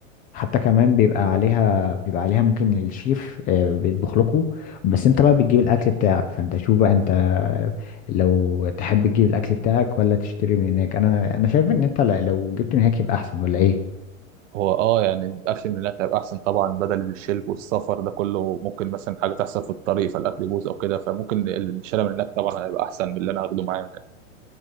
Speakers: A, on the left; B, on the right.
A: حتى كمان بيبقى عليها بيبقى عليها ممكن الشيف آه، بيطبخ لكم بس انت بقى بتجيب الاكل بتاعك فانت شوف بقى انت لو تحب تجيب الاكل بتاعك ولا تشتري من هناك انا انا شايف ان انت لا- لو جبت من هناك يبقى احسن ولا ايه
B: هو اه يعني الاكل من هناك هيبقى احسن طبعا بدل الشرب والسفر ده كله ممكن مثلا حاجه تحصل في الطريق فالاكل يبوظ او كده فممكن الشارع من هناك طبعا هيبقى احسن من اللي انا هاخده معايا من هنا